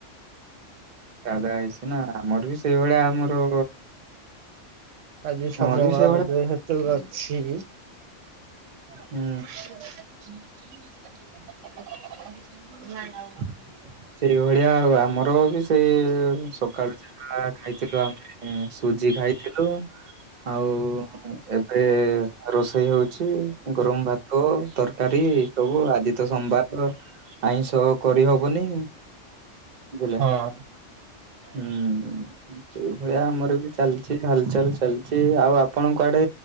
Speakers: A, on the right; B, on the right.
A: ସାଧା ହେଇଚି ନା ଆମର ବି ସେଇଭଳିଆ ଆମର
B: ଆଜି ସୋମବାର
A: ଆମର ବି ସେଇଭଳିଆ
B: ଯେହେତୁ ଅଛି।
A: ହୁଁ।
B: <unintelligible>
A: ସେଇଭଳିଆ ଆଉ ଆମର ବି ସେଇ ସକାଳୁ ହେଇଯାଏ। ଆ ଖାଇଥିଲୁ ଆମେ ସୁଜି ଖାଇଥିଲୁ। ଆଉ ଏବେ ରୋଷେଇ ହଉଛି। ଗରମ ଭାତ ତରକାରୀ ଏ ସବୁ ଆଜି ତ ସୋମବାର ଆଇଁଷ। କରି ହବନି ବୋଇଲେ
B: ହଁ
A: ହୁଁ। ସେଇଭଳିଆ ଆମର ବି ଚାଲିଛି ହଲଚାଲ ଚାଲିଛି ଆଉ ଆପଣଙ୍କ ଆଡେ।